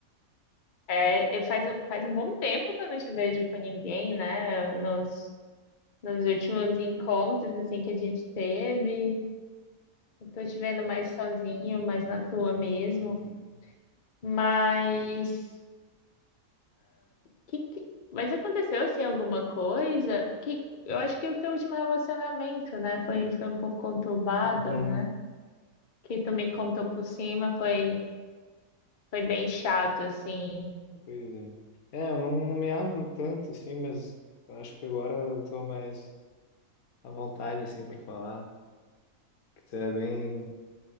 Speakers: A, on the left; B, on the left.
A: É, e faz, um- faz um bom tempo que eu não te vejo com ninguém, né? Nos, nos últimos encontros, assim, que a gente teve. Eu tô te vendo mais sozinho, mais na tua mesmo.
B: Uhum.
A: Mas que, que- mas aconteceu assim alguma coisa? Que eu acho que o teu último relacionamento, né, foi foi um pouco conturbado,
B: Uhum.
A: né? Que tu me contou por cima, foi foi bem chato assim.
B: Pois é. É, eu não me abro tanto, assim, mas eu acho que agora eu tô mais à vontade, assim, pra falar. Que tu é bem,